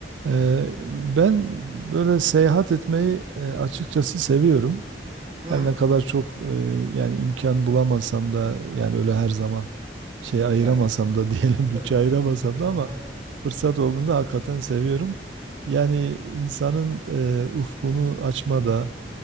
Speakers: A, on the right; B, on the right.
A: Eee, ben böyle seyahat etmeyi e, açıkçası seviyorum.
B: Hı,
A: Her ne kadar çok e, yani imkan bulamasam da yani öyle her zaman şey ayıramasam
B: yani
A: da <laughs> diyelim bütçe
B: tabii ki.
A: ayıramasam da
B: Aha,
A: ama fırsat olduğunda hakikaten seviyorum. Yani insanın e, ufkunu açmada,